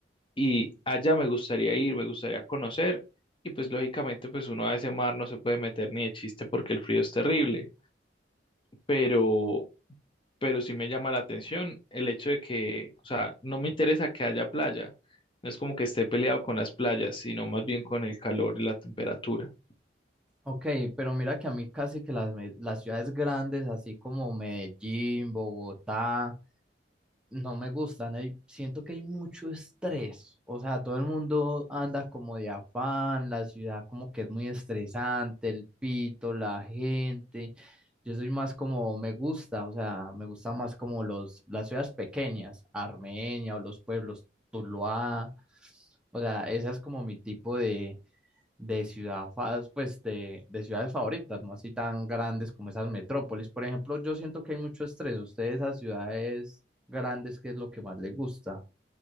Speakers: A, on the left (about 30°); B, in the centre.
A: y allá me gustaría ir, me gustaría conocer. Y pues lógicamente pues uno a ese mar no se puede meter ni de chiste porque el frío es terrible, pero pero sí me llama la atención el hecho de que, o sea, no me interesa que haya playa. No es como que esté peleado con las playas, sino más bien con el calor y la temperatura.
B: Ok, pero mira que a mí casi que las, me- las ciudades grandes, así como Medellín, Bogotá, no me gustan. Hay, siento que hay mucho estrés. O sea, todo el mundo anda como de afán, la ciudad como que es muy estresante, el pito, la gente. Yo soy más como me gusta, o sea, me gusta más como los, las ciudades pequeñas, Armenia o los pueblos, Tuluá. O sea, esa es como mi tipo de, de ciudad, fa- pues de, de ciudades favoritas, no así tan grandes como esas metrópolis. Por ejemplo, yo siento que hay mucho estrés. Usted de esas ciudades grandes, ¿qué es lo que más le gusta?